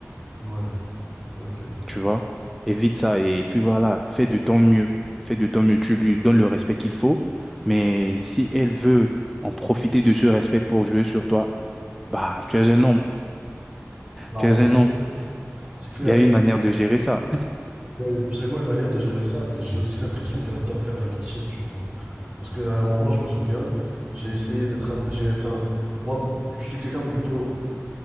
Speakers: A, on the right; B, in the centre.
A: Ouais, ok, ok.
B: tu vois. Évite ça et puis voilà, fais de ton mieux. Fais de ton mieux, tu lui donnes le respect qu'il faut, mais si elle veut en profiter de ce respect pour jouer sur toi, bah, tu es un homme,
A: Bah,
B: tu es
A: écoute,
B: un homme.
A: C'est clair.
B: Il y a une manière de gérer ça.
A: Il y a absolument une manière de gérer ça, mais j'ai aussi l'impression qu'elle adore faire la victime, tu vois. Parce qu'à un moment, je me souviens, j'ai essayé d'être un. J'ai, enfin, moi, je suis quelqu'un de plutôt.